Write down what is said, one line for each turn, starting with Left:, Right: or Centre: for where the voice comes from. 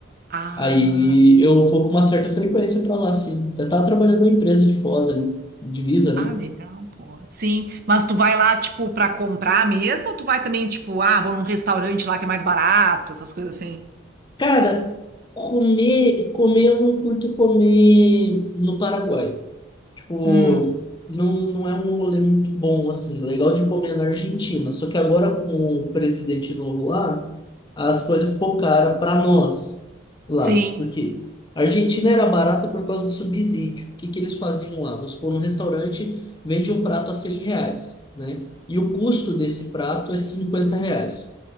Right: Ah,
Left: Aí eu vou com uma certa frequência para lá, sim. Eu tava trabalhando numa empresa de Foz ali, divisa,
Right: ah,
Left: né?
Right: legal, pô. Sim, mas tu vai lá, tipo, pra comprar mesmo? Ou tu vai também, tipo, ah, vou num restaurante lá que é mais barato, essas coisas assim?
Left: Cara, comer, comer eu não curto comer no Paraguai. Tipo,
Right: Hum,
Left: não, não é um rolê muito bom, assim. é Legal de comer na Argentina. Só que agora, com o presidente novo lá, as coisas ficou cara para nós lá.
Right: sim,
Left: Por quê? A Argentina era barata por causa do subsídio. O que que eles faziam lá? Vamos supor, num restaurante vende um prato a 100 reais, né? E o custo desse prato é 50 reais.